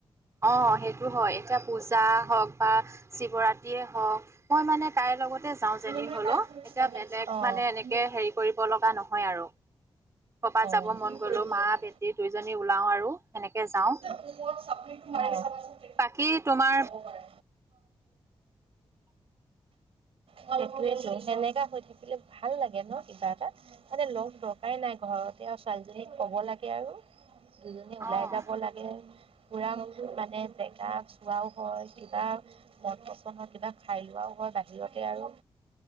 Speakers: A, on the right; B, on the right.
A: অ সেইটো হয় এতিয়া পূজা হওক বা শিৱৰাত্ৰিয়ে হওক মই মানে তাইৰ লগতে যাওঁ
B: কোনোবাই
A: যেনি হ'লেও
B: কাম কৰিছে
A: এতিয়া
B: নেক্স
A: বেলেগ মানে এনেকে
B: মোক
A: হেৰি কৰিব লগা নহয় আৰু কৰবাত
B: অ
A: যাব
B: তুমি
A: মন
B: কৰি
A: গলেও
B: দিবা
A: মা
B: এতিয়া
A: বেটি দুইজনী ওলাও আৰু সেনেকে যাও
B: অ
A: বাকী তোমাৰ
B: কৰে <unintelligible> সেইটোৱে টো সেনেকা হৈ থাকিলে ভাল লাগে ন কিবা এটা মানে লগ দৰকাৰেই নাই ঘৰতে আছ ছোৱালীজনীক ক'ব লাগে আৰু দুজনী ওলাই
A: অ',
B: যাব লাগে পুৰা মানে বেকাগ চোৱাও হয় কিবা মন পচন্দৰ কিবা খাই লোৱাও হয় বাহিৰতে আৰু